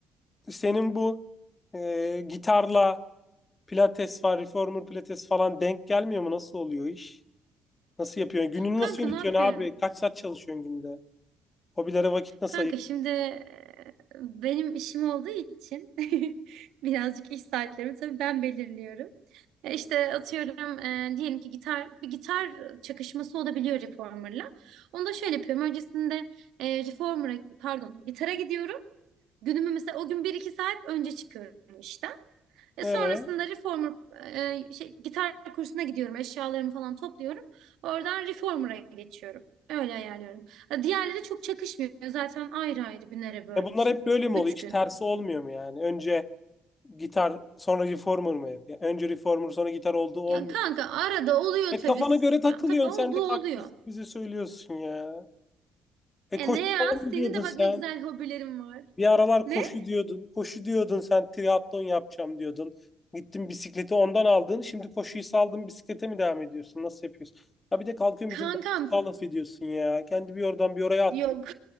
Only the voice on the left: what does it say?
senin bu e, gitarla pilates var, reformer pilates falan denk gelmiyor mu? Nasıl oluyor iş? Nasıl yapıyorsun? Gününü
nasıl yönetiyorsun
abi? Kaç saat çalışıyorsun günde? Hobilere vakit nasıl
ayırıyorsun?
Ee,
e bunlar hep böyle mi
oluyor? Hiç
tersi olmuyor mu yani? Önce Gitar sonra reformer mı hep? Ya önce reformer sonra gitar olduğu olmuyor.
E
kafana göre takılıyorsun
sen de
kaktüs bize söylüyorsun ya. E
koşu
falan mı
diyordun
sen?
Bir aralar
koşu diyordun. Koşu diyordun sen triatlon yapacağım diyordun. Gittin bisikleti ondan aldın. Şimdi koşuyu saldın bisiklete mi devam ediyorsun? Nasıl yapıyorsun? Ha bir de kalkıyorsun
bizim dağda laf ediyorsun ya. Kendi bir oradan bir oraya atlıyor.